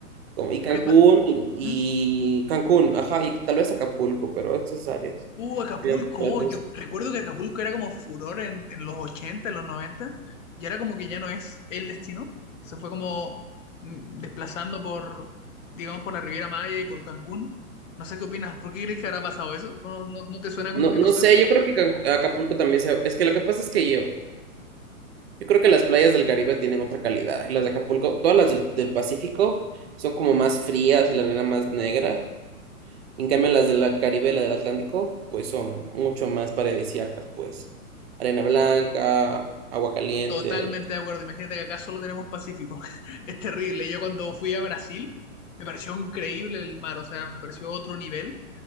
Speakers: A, on the right (about 45°); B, on the left (about 60°).
A: Como, y
B: ¿Tú
A: Cancún,
B: eres más-
A: y,
B: ¿Mm?
A: y Cancún, ajá, y tal vez Acapulco, pero esas áreas.
B: Uh, Acapulco,
A: me llaman mucho
B: oh,
A: la atención.
B: yo recuerdo que Acapulco era como furor en, en los 80 en los 90 y ahora como que ya no es el destino, se fue como mm, desplazando por, digamos, por la Riviera Maya y por Cancún. No sé qué opinas, ¿por qué crees que habrá pasado eso? ¿No, no, no te suena
A: No,
B: como que
A: no
B: pasó
A: sé,
B: eso?
A: yo creo que Canc- Acapulco también se... Es que lo que pasa es que yo, Yo creo que las playas del Caribe tienen otra calidad. Y las de Acapulco, todas las del, del Pacífico son como más frías y la arena más negra. En cambio, las del Caribe y la del Atlántico, pues son mucho más paradisíacas, pues. Arena blanca, agua caliente.
B: Totalmente de acuerdo, imagínate que acá solo tenemos Pacífico, <laughs> es terrible. Yo cuando fui a Brasil, me pareció increíble el mar, o sea, me pareció otro nivel,